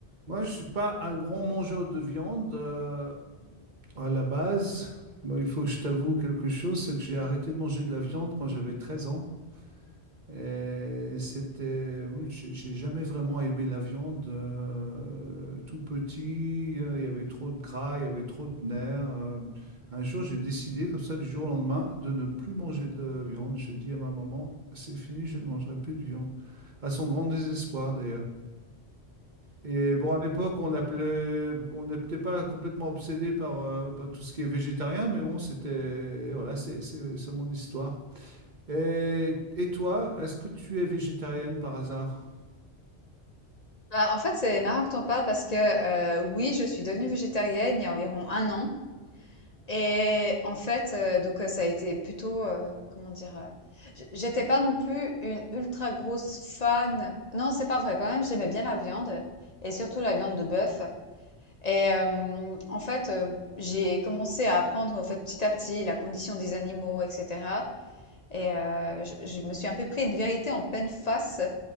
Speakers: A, on the right; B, on the left.
A: Moi, je suis pas un grand mangeur de viande euh, à la base. Moi, il faut que je t'avoue quelque chose, c'est que j'ai arrêté de manger de la viande quand j'avais 13 ans. Et c'était, moi, j'ai j'ai jamais vraiment aimé la viande. euh, tout petit, euh, il y avait trop de gras, il y avait trop de nerfs. euh. Un jour, j'ai décidé, comme ça, du jour au lendemain, de ne plus manger de viande. J'ai dit à ma maman, c'est fini, je ne mangerai plus de viande. À son grand désespoir, d'ailleurs. Et bon, à l'époque, on appelait, on n'est peut-être pas complètement obsédé par, euh, par tout ce qui est végétarien, mais bon, c'était, voilà, c'est c'est- c'est mon histoire. Et, et toi, est-ce que tu es végétarienne par hasard?
B: Bah, en fait, c'est marrant que tu en parles parce que euh, oui, je suis devenue végétarienne il y a environ un an. Et en fait, euh, donc euh, ça a été plutôt, euh, comment dire, euh, j- j'étais pas non plus une ultra grosse fan. Non, c'est pas vrai quand même, j'aimais bien la viande et surtout la viande de bœuf. Et euh, en fait, euh, j'ai commencé à apprendre en fait, petit à petit la condition des animaux, etc. Et euh, je, je me suis un peu pris une vérité en pleine face